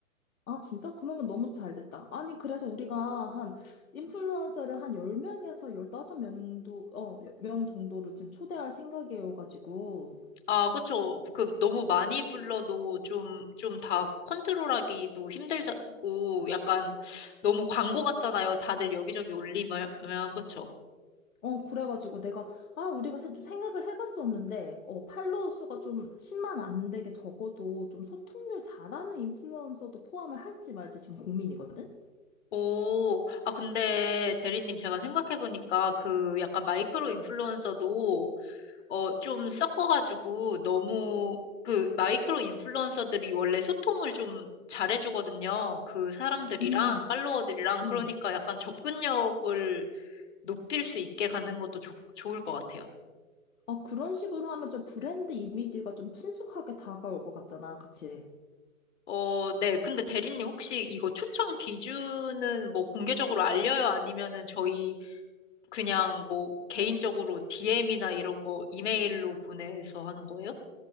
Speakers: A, on the left; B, on the left.
A: 아, 진짜? 그러면 너무 잘 됐다. 아니, 그래서 우리가 한, 인플루언서를 한 10명에서 15명도, 어, 명 정도로 지금 초대할 생각이어가지고.
B: 아, 그쵸. 그, 너무 많이 불러도 좀, 좀 다 컨트롤하기도 힘들고, 약간, 너무 광고 같잖아요. 다들 여기저기 올리면, 그쵸.
A: 어, 그래가지고 내가, 아, 우리가 세- 좀 생각을 해봤었는데, 어, 팔로워 수가 좀 십만 안 되게 적어도 좀 소통률 잘하는 인플루언서도 포함을 할지 말지 지금 고민이거든?
B: 오, 아, 근데 대리님 제가 생각해보니까 그 약간 마이크로 인플루언서도 어, 좀 섞어가지고 너무 그 마이크로 인플루언서들이 원래 소통을 좀 잘해주거든요. 그 사람들이랑
A: 음,
B: 팔로워들이랑
A: 음.
B: 그러니까 약간 접근력을 높일 수 있게 가는 것도 좋 좋을 것 같아요.
A: 어, 그런 식으로 하면 좀 브랜드 이미지가 좀 친숙하게 다가올 것 같잖아. 그치?
B: 어, 네. 근데 대리님 혹시 이거 추천 기준은 뭐 공개적으로 알려요? 아니면은 저희 그냥 뭐 개인적으로 DM이나 이런 거 이메일로 보내서 하는 거예요?